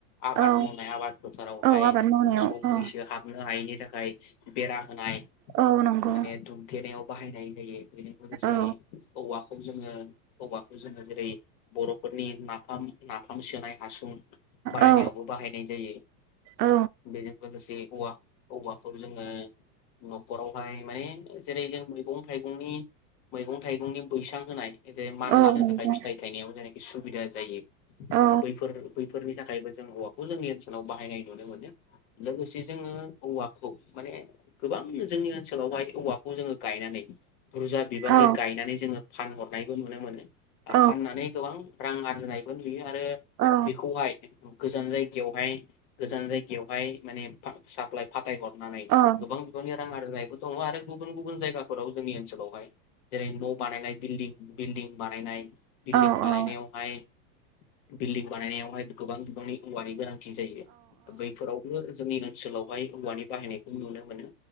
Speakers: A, on the left; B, on the right.
A: आबाद
B: औ
A: मावनाय आबाद फोथारावहाय
B: औ आबाद मावनायाव
A: मोसौ मैसो
B: औ
A: हाबनो हायैनि थाखाय बेरा नाय
B: औ नंगौ
A: माने दुम गेनायाव बाहायनाय जायो। बेजों लोगोसे
B: औ
A: औवा जोङो हौवाखौ जोङो जेरै बर'फोरनि नाफाम नाफाम सोनाय हासुं। बानायनायावबो
B: औ
A: बाहायनाय जायो
B: औ
A: बेजों लोगोसे औवा औवाखौ जोङो न'खरावहाय। मानिे जेरै जों मैगं थाइगंनि मैगं थाइगंनि बैसां होनाय जे मान
B: औ
A: लानो
B: नंगौ
A: थाखाय फिथायाइ थायनायाव जेने। सुबिदा जायो।
B: औ
A: बैफोर बैफोरनि ज थाखायबो जों औवाखौ जोंनि ओनसोलाव बाहायनाय नुनो मोनो लोगोसे जोङो औवाखौ माने गोबां जोंनि ओनसोलावहाय औवा।। खौ जोङो गायनानै। बुरजा बिबांनि
B: औ
A: गायनानै जोङो फानहरनायबो नुनो मोनो।
B: औ
A: फाननानै गोबां। रां आरजिनाय। नुयो आरो
B: औ
A: बेखौहाय। गोजान जायगायावहाय गोजान जायगायावहाय माने फा साप्लाय फा फाथायहरनानै
B: औ
A: गोबां बिांनि रां आरजिनायखौ। दं आरो। गुबुन गुबुन जायगाफोराव जोंनि ओनसोलावहाय। जेरै न' बानायाय बिल्डि। बिल्दिं बानायनाय। बिल्डिं
B: औ नंगौ
A: बानायनायावहाय बिल्डिं बानायनायावहाय गोबां बिबांनि। मुवानि गोनांथि। जायो बैफोरावबो। जोंनि ओनसोलावहाय औवानि बाहायनायखौ नुनो मोनो।